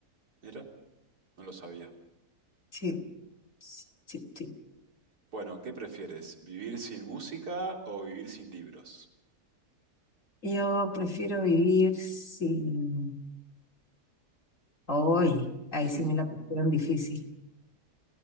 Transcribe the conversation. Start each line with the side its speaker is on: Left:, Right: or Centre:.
Right: mira, no lo sabía.
Left: Sí, sí, sí. sí.
Right: Bueno, ¿qué prefieres? ¿Vivir sin música o vivir sin libros?
Left: Yo prefiero vivir sin... Hoy, ahí
Right: <laughs>
Left: sí me la pusieron difícil.